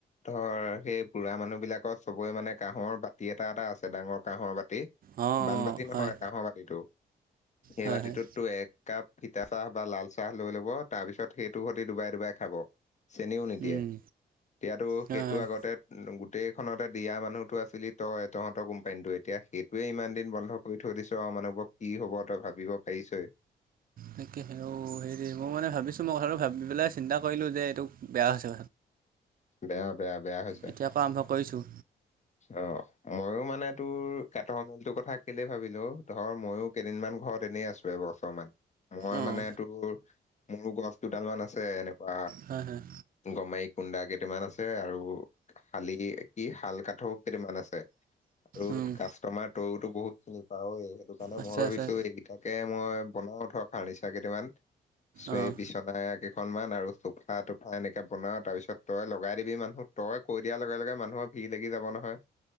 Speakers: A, on the left (about 35°); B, on the right (about 45°).
A: ধৰ সেই বুঢ়া মানুহ বিলাকত চবৰে মানে কাঁহৰ বাতি এটা এটা আছে ডাঙৰ কাঁহৰ বাতি।
B: অঁ
A: বানবতি
B: অঁ
A: নহয়
B: হয়
A: কাঁহৰ বাতিটো সেই
B: হয়
A: বাতিটোতো
B: হয়
A: এক কাপ তিতা চাহ বা লাল চাহ লৈ লব, তাৰ পিছত সেইটো সতি ডুবাই ডুবাই খাব। চেনিও নিদিয়ে
B: উম
A: তেতিয়াতো
B: হয়
A: সেইটো
B: হয়
A: আগতে গোটেইখনতে দিয়া মানুহতো আছিলি তই তহঁতৰ কোম্পানীতটো এতিয়া সেইটোয়ে ইমান দিন বন্ধ। কৰি থৈ দিছ, আৰু মানুহবোৰক কি হব তই ভাবিব পাৰিছই।
B: তাকে সেই হেৰি মই মানে ভাবিছোঁ মই কথাটো ভাবি পেলাই চিন্তা কৰিলোঁ যে এইটো বেয়া হৈছে।
A: বেয়া বেয়া বেয়া হৈছে।
B: এতিয়াৰ পৰা আৰম্ভ কৰিছোঁ।
A: অ' মইো মানে তোৰ কটৰ মিলটোৰ কথা কেলে ভাবিলো ধৰ ময়ো কেইদিনমান ঘৰত এনেই আছো এ বছৰ মন। মই
B: অঁ
A: মানে তোৰ মোৰো গছ দুডালমানমান আছে এনেকুৱা
B: হয় হয়
A: গমাৰি কুন্দা কেইটামান আছে আৰু শালি কি শাল কাঠৰ কেইটামান আছে। আৰু
B: উম
A: কাষ্টমাৰ তয়তো বহুত খিনি পাঅ সেইটো কাৰণে
B: আচ্ছা
A: মই ভাবিছো
B: আচ্ছা
A: এইকেইটাক ে মই বনাও থোৱা ফাৰ্নিিচাৰ কেইটামান
B: অঁ
A: <inaudible> কেইখনমানান আৰু চোফা তটোফা এনেকে বনাও তাৰপিছত তই লগাই দিবি মানুহ। তই কৈ দিয়াৰ লগে লগে মানুহৰ ভিৰ লাগি যাব নহয়।